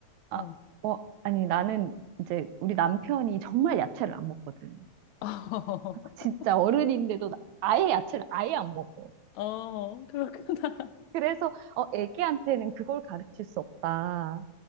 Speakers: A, on the right; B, on the left.
A: 아,
B: 어.
A: 어, 아니 나는 이제 우리 남편이 정말 야채를 안 먹거든.
B: <laughs>
A: 진짜 어른인데도 나- 아예 야채를 아예 안 먹어.
B: 어, 그렇구나.
A: 그래서 어, 애기한테는 그걸 가르칠 수 없다.